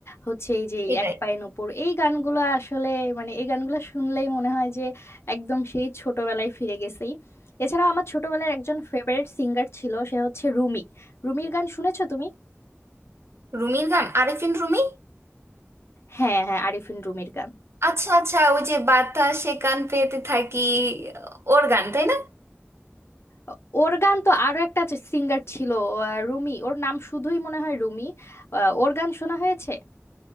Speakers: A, on the left (about 65°); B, on the right (about 65°).
A: হচ্ছে এই যে
B: এটাই
A: এক পায়ের ওপর এই গানগুলো আসলে মানে এই গানগুলো শুনলেই মনে হয় যে একদম সেই ছোটবেলায় ফিরে গেছি এছাড়াও আমার ছোটবেলার একজন ফেভারিট সিঙ্গার ছিল সে হচ্ছে রুমি রুমির গান শুনেছো তুমি
B: রুমির গান আরেফিন রুমি
A: হ্যাঁ হ্যাঁ আরিফিন রুমির গান
B: আচ্ছা আচ্ছা ওই যে বাতাসে কান পেতে থাকি ওর গান তাই না
A: ও- ওর গান তো আরো একটা সিঙ্গার ছিল আহ, রুমি ওর নাম শুধুই মনে হয় রুমি আহ, ওর গান শোনা হয়েছে